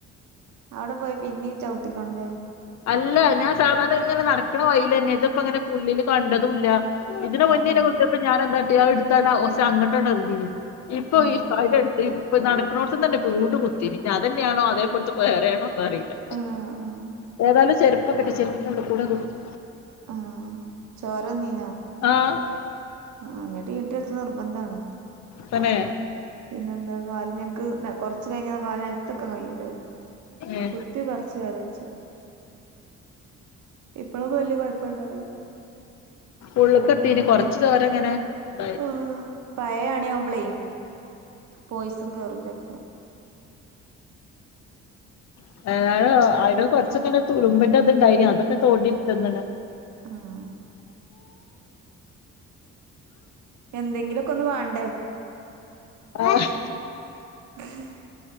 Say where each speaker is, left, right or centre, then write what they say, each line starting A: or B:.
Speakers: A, on the right; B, on the left.
A: അവിടെ പോയി പിന്നിം ചവിട്ടിക്കോണല്ലേ
B: അല്ല ഞാൻ സാധാരണ ഇങ്ങനെ നടക്ക്ണ വഴില് ന്നെ ഇത്പ്പോ ഇങ്ങനെ പുല്ലില് കണ്ടതുംല്ല ഇതിനെ മുന്നെ
A: ആഹ്
B: കുത്തിപ്പൊ ഞാന് ന്താട്ടി അഹ് എടുത്താണ്ട് ഒ സി അങ്ങട്ടാട്ട് റിഞ്ഞു ഇപ്പൊ
A: ആഹ്
B: ഈ പല എടുത്ത് ഇപ്പ നടക്കുന്നോടത്ത്ന്നന്നെ വീണ്ടും കുത്തിനി ഇഞ്ഞി അതന്നെയാണോ അതേപോൽത്തെ വേറെയാണോന്നും അറിയില്ല
A: ആഹ് ആഹ് ആഹ്
B: ഏതായാലും ചെരുപ്പൊക്കെ ഇട്ട് ചെരിപ്പ് ഉള്ള്കൂടെ കുത്തി
A: ആഹ് ചോര വന്നിന്നോ
B: ആഹ്
A: ആഹ് ഞ്ഞി ടീ ടീ അടിച്ചല് നിർബന്ധാണ്
B: തന്നെ
A: പിന്നെന്താ കാല് ഞ്അൻക്ക് ല കൊറച്ച് കഴിഞ്ഞ കാല് നെൽത്തക്കാ കഴിയൂലഹ്
B: ഏ
A: കു ത്തി പറിച്ച് വേദനച്ച് ഇപ്പഴൊന്നും വല്യ കുഴപ്പണ്ടാവുല
B: ഉള്ള്ക്കെത്തിനി കൊറച്ച് ദോരം ഇങ്ങനെ ന്താ
A: ഉം പയയ ആണി ആവുമ്പോളേ പോയിസം കേറും ചെൽപ്പോ
B: <unintelligible> അയില് കൊറച്ചൊക്കെനെ തുരുമ്പിന്റെ ത്ണ്ടായിനി അതൊക്കെ തോണ്ടിയിട്ടന്നണ്
A: ആഹ് എന്തെങ്കിലുക്കൊന്ന് വാണ്ടേ
B: ആഹ്
A: <unintelligible>